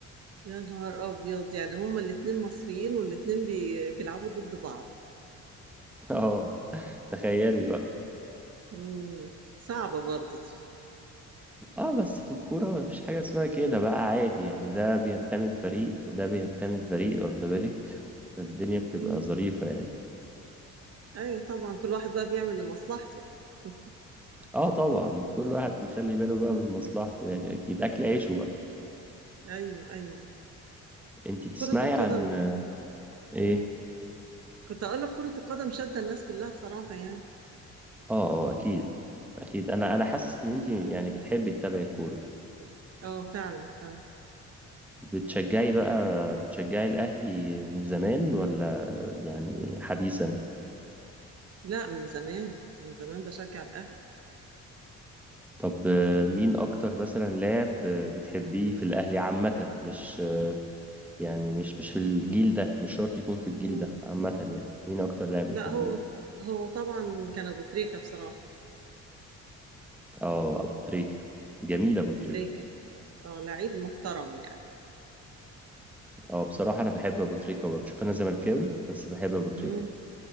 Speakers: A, on the right; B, in the centre.
A: يا نهار أبيض يعني هما الاتنين مصريين والاتنين بي... بيلعبوا ضد بعض
B: <laughs> اه تخيلي بقى
A: مم. صعبة برضه دي
B: اه بس في الكورة مفيش حاجة اسمها كده بقى عادي يعني ده بينتمي لفريق وده بينتمي لفريق واخدة بالك فالدنيا بتبقى
A: مم.
B: ظريفة يعني
A: ايوه طبعا كل واحد بقى بيعمل لمصلحته <laughs>
B: اه طبعا كل واحد بيخلي باله بقى من مصلحته يعني اكيد اكل عيشه بقى
A: ايوه ايوه
B: انتي تسمعي
A: كرة القدم
B: عن آه، ايه
A: مم. كنت اقول لك كرة القدم شادة الناس كلها بصراحة يعني
B: اه اه اكيد اكيد انا انا حاسس ان انتي يعني بتحبي تتابعي الكورة
A: اه فعلا فعلا
B: بتشجعي بقى بتشجعي الاهلي من زمان ولا يعني حديثا
A: لا من زمان من زمان بشجع الاهلي
B: طب آه، مين اكتر مثلا لاعب آه، بتحبيه في الاهلي عامة مش آه، يعني مش مش في الجيل ده مش شرط يكون في الجيل
A: مم.
B: ده عامة يعني مين اكتر لاعب بتحبيه
A: لا هو هو طبعا كان ابو تريكة بصراحة
B: اه ابو تريكة جميل ابو
A: ابو
B: تريكة
A: تريكة اه لعيب محترم يعني
B: اه بصراحة انا بحب ابو تريكة برضه شوف انا زملكاوي
A: مم.
B: بس بحب ابو تريكة
A: مم.